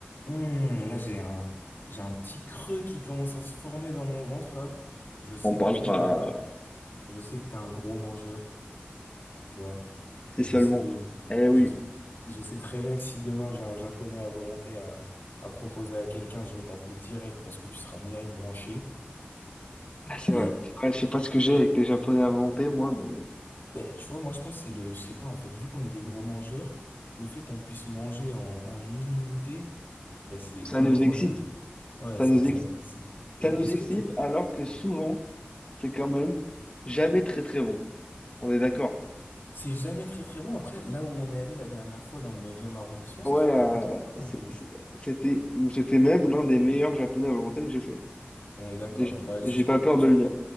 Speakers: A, on the left (about 60°); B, on the left (about 25°).
A: Hmm, là, j'ai un, j'ai un petit creux qui commence à se former dans mon ventre, là. Je sais
B: On parle
A: que toi,
B: pas
A: Roman, je sais que t'es un gros mangeur, tu vois.
B: si
A: Je
B: seulement.
A: sais,
B: Eh oui,
A: je sais, je sais très bien que si demain j'ai un japonais à volonté à, à proposer à quelqu'un, je vais t'appeler direct parce que tu seras direct branché.
B: Ah, c'est
A: Et,
B: vrai. C'est vrai, Je sais pas ce que j'ai avec les Japonais inventés, moi, mais
A: ben, tu vois, moi, je pense que c'est le, je sais pas, en fait, vu qu'on est des gros mangeurs, le fait qu'on puisse manger en, en illimité, ben, c'est
B: ça
A: incroyable.
B: nous excite.
A: Ouais,
B: Ça
A: ça,
B: nous
A: ça
B: ex-
A: nous excite. Et
B: ça nous
A: est-ce
B: excite
A: que tu
B: alors que souvent, c'est quand même jamais très très bon. On est d'accord.
A: C'est jamais très très bon. Après, là où on est allé la dernière fois dans le neuvième arrondissement,
B: Ouais,
A: c'était
B: euh,
A: pas très bon.
B: c'est-
A: en vrai, hein.
B: c'est- c'était c'était même l'un des meilleurs Japonais à volonté que j'ai fait.
A: On est d'accord.
B: Et j'-
A: Bah,
B: j'ai
A: je-
B: pas peur
A: tu,
B: de le dire.